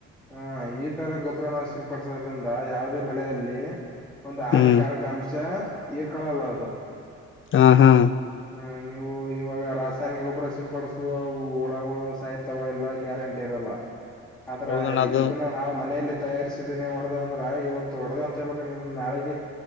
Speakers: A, in the centre; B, on the left.
A: ಹ್ಮ ಈ ತರ ಗೊಬ್ಬರನ ಸಿಂಪಡಸೋದ್ರಿಂದ ಯಾವುದೇ ಬೆಳೆಯಲ್ಲಿ ಒಂದು ಹಾನಿಕಾರಕ
B: ಹ್ಮ್
A: ಅಂಶಾ ಹೀರ್ಕಳಲ್ಲ ಅದು
B: ಹಾ ಹಾ
A: ಹ ನೀವು ಇವಾಗ ರಾಸಾಯನಿಕ ಗೊಬ್ಬರ ಸಿಂಪಡಸುವ ಒಳಗ್ ಒಳಗ್ ಸಾಯ್ತಾವ ಎಲ್ಲ ಗ್ಯಾರಂಟಿ ಇರಲ್ಲ ಆದ್ರ
B: ಹೌದಣ್ಣ ಅದು
A: ಇದುನ್ನ ನಾವ್ ಮನೆಯಲ್ಲಿ ತಯಾರಿಸಿದೀನಿ ಹೊಡದು ಅಂದ್ರ ಇವತ್ತು <unintelligible> ನಾಳೆಗೆ